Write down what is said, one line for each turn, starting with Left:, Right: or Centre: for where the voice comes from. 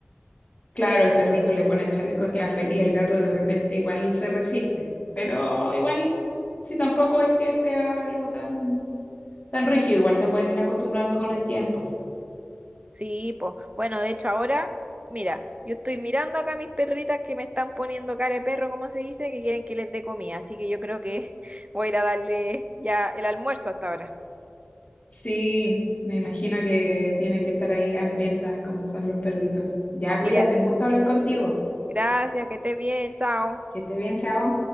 Left: Claro, el perrito le pone el chaleco, queda feliz, el gato de repente igual se resiste, pero igual si tampoco es que sea algo tan, tan rígido, igual se pueden ir acostumbrando con el tiempo.
Right: Sí, pues. Bueno, de hecho ahora, mira, yo estoy mirando acá a mis perritas que me están poniendo cara de perro, como se dice, que quieren que les dé comida. Así que yo creo que <laughs> voy a ir a darle ya el almuerzo hasta ahora.
Left: Sí, me imagino que tienen que estar ahí hambrientas como son los perritos. Ya,
Right: Sí,
Left: cuídate, un gusto hablar contigo.
Right: Gracias, que estés bien, chao.
Left: Que estés bien, chao.